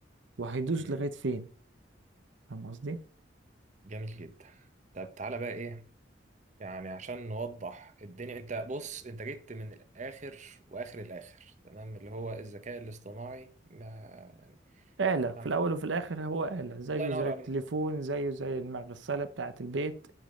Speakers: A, on the right (about 80°); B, on the right (about 40°).
A: وهيدوس
B: مم.
A: لغايه فين فاهم قصدي
B: جميل جدا طب تعالى بقى ايه يعني عشان نوضح الدنيا انت بص انت جيت من الاخر واخر الاخر تمام اللي هو الذكاء الاصطناعي ما يعني
A: آلة
B: ما-
A: في الأول وفي الآخر هو آلة زيه
B: الله ينور
A: زي التليفون
B: عليك
A: زيه زي المغسلة بتاعة البيت